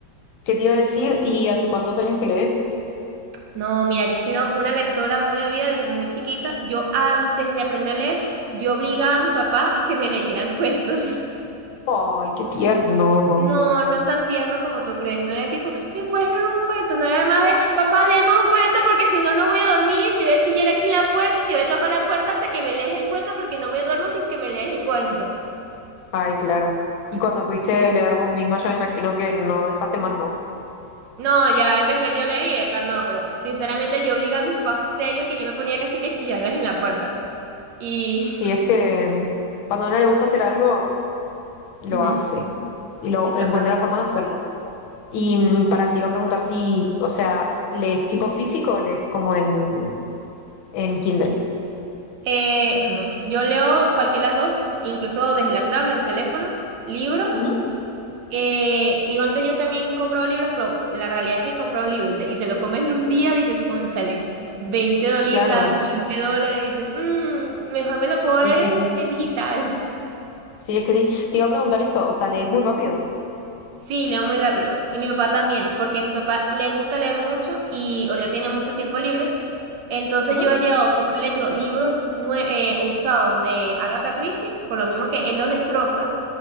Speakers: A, on the left; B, on the right.
A: ¿Qué te iba a decir? ¿Y hace cuántos años que lees?
B: No, mira, yo he sido una lectora muy avida desde muy chiquita. Yo antes de aprender a leer, yo obligaba a mi papá a que me leyeran cuentos. <laughs>
A: Ay, qué tierno.
B: No, no es tan tierno como tú crees. No era tipo, ¿me puedes leer un cuento? No era más de, papá, léeme un cuento porque si no, no voy a dormir y te voy a chillar aquí en la puerta y te voy a tocar la puerta hasta que me lees el cuento porque no me duermo sin que me lees el cuento.
A: Ay, claro. Y cuando pudiste leer vos misma, ya me imagino que no dejaste más, ¿no?
B: No, ya empecé yo a leer y he calmado, pero sinceramente yo obligaba a mi papá serio que yo me ponía casi que a chillarles en la puerta. Y...
A: Si es que cuando a uno le gusta hacer algo, lo
B: <laughs> ujú,
A: hace y lo
B: Exactamente.
A: encuentra la forma de hacerlo. Y mm, para ti iba a preguntar si, o sea, ¿lees tipo físico o lees como en, en Kindle?
B: Eh, bueno, yo leo cualquiera de las dos, incluso desde la tablet o el teléfono, libros.
A: Ujú,
B: Eh, y antes yo también compraba libros, pero la realidad es que comprar un libro y te, y te lo comes en un día, dices, cónchale, 20 dolitas,
A: Claro,
B: 15 dólares, dices, "Mm, mejor me lo puedo
A: sí,
B: leer
A: sí, sí,
B: en,
A: sí.
B: en digital.
A: Sí, es que sí. Te iba a preguntar eso, o sea, ¿lees muy rápido?
B: Sí, leo muy rápido. Y mi papá también, porque a mi papá le gusta leer mucho y ahorita tiene mucho tiempo libre. Entonces
A: Ujú,
B: yo he llegado a comprarle yo libros nue- eh, usados de Agatha Christie, por lo mismo que él los destroza.